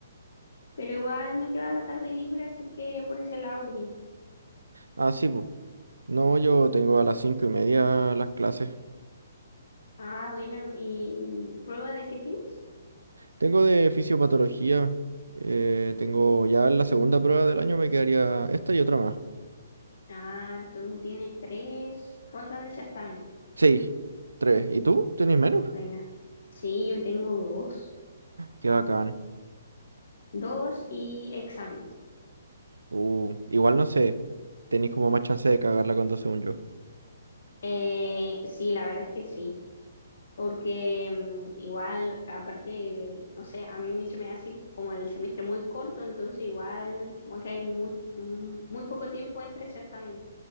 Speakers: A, on the left; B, on the right.
A: Pero igual me queda la tarde libre, así que por ese lado, bien.
B: Ah, sí, pues. No, yo tengo a las cinco y media las clases.
A: Ah, bueno, ¿y prueba de qué tienes?
B: Tengo de fisiopatología. eh, tengo ya la segunda prueba del año, me quedaría esta y otra más.
A: Ah, tú tienes tres rondas de certámenes.
B: Sí, tres. ¿Y tú? ¿Tenés menos?
A: Buena. Sí, yo tengo dos.
B: Qué bacán.
A: Dos y exámenes.
B: Uh, igual no sé. tenéis como más chance de cagarla cuando dos según yo.
A: Eh, sí, la verdad es que sí. Porque mm, igual, aparte, no sé, a mí se me hace como el semestre muy corto, entonces igual como que hay muy, mm, muy poco tiempo entre certámenes.